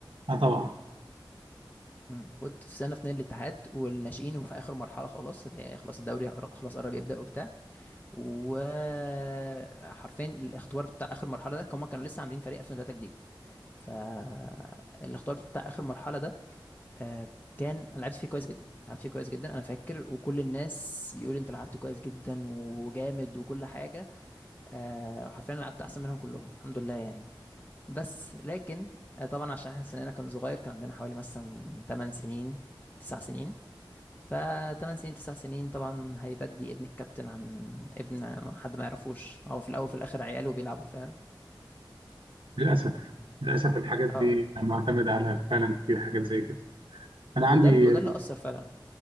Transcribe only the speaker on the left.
مم. كنت في سنه اتنين الاتحاد والناشئين وفي اخر مرحله خلاص اللي هي خلاص الدوري قر- خلاص قرب يبدا وبتاع وحرفيا الاختبار بتاع اخر مرحله ده كمان كانوا لسه عاملين فريق 2003 جديد فالاختبار بتاع اخر مرحله ده آه، كان انا لعبت فيه كويس جدا لعبت فيه كويس جدا انا فاكر وكل الناس يقول انت لعبت كويس جدا وجامد وكل حاجه آه، حرفيا أنا لعبت احسن منهم كلهم الحمد لله يعني بس لكن آه، طبعا عشان احنا سننا كان صغير كان عندنا حوالي مثلا 8 سنين 9 سنين ف 8 سنين 9 سنين طبعا هيبدي ابن الكابتن عن ابن ما حد ما يعرفوش هو في الاول في الاخر عياله بيلعبوا فاهم
اه
وده
ال- وده اللي اثر فعلا